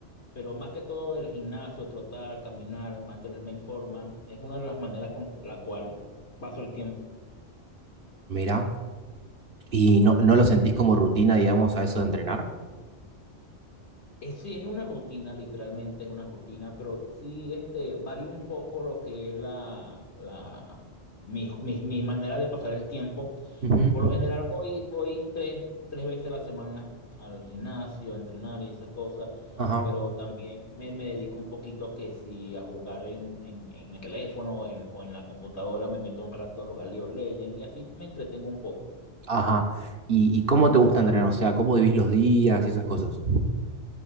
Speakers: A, on the left; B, on the right.
A: pero más que todo el gimnasio, trotar, caminar, mantenerme en forma, es una de las maneras con la cual paso el tiempo.
B: Mirá, ¿y no, no lo sentís como rutina, digamos, a eso de entrenar?
A: Es, sí, es una rutina, literalmente es una rutina, pero sí este, varía un poco lo que es la, la, mi, mi- mi manera de pasar el tiempo.
B: Ujú.
A: Por lo general voy, voy tres, tres veces a la semana al gimnasio, a entrenar y esas cosas,
B: Ajá,
A: pero también me, me dedico un poquito a que si a jugar en, en, en el teléfono en- o en la computadora, me meto un rato a jugar League of Legends y así me entretengo un poco.
B: ajá. ¿Y, y cómo te gusta entrenar? O sea, ¿cómo vivís los días y esas cosas?